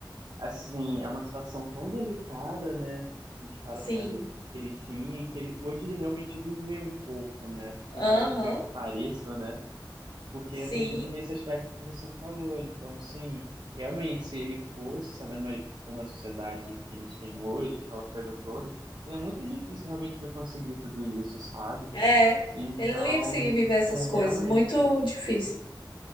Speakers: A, on the right; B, on the left.
A: assim, é uma situação tão delicada, né? A gente para
B: Sim.
A: pra ver tipo, que ele tinha e que ele pôde realmente viver um pouco, né? Por
B: Aham.
A: mais que pareça, né? porque
B: Sim.
A: entra tudo nesse aspecto que você falou. Então, assim, realmente, se ele fosse, sabendo aí como é a sociedade que a gente tem hoje, aquela coisa toda, é muito difícil realmente ele conseguir tudo isso, sabe?
B: É.
A: Então,
B: Ele não ia conseguir viver essas
A: é
B: coisas.
A: realmente.
B: Muito difícil.